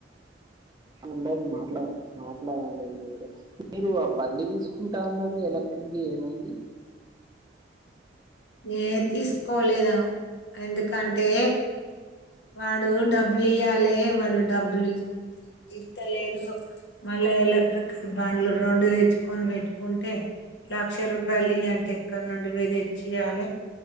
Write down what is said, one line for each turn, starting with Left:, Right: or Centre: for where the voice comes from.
Right: ఉండదు మాట్లాడ్ మాట్లాడాలి ఇగ ఏదొ, మీరు ఆ బండి తీసుకుంట అన్నరు ఎలక్ట్రిక్ది ఏమైంది?
Left: ఏ తీసుకోలేదు ఎందుకంటే వాడు డబ్బులు ఇయ్యాలె, వాడు డబ్బులు ఇ ఇత్తలేడు. మళ్ళా ఎలక్ట్రికల్ బండ్లు రెండు తెచ్చుకొని పెట్టుకుంటే లక్ష రూపాయలు ఇయ్యంటే ఎక్కడ నుండి చియ్యాలె,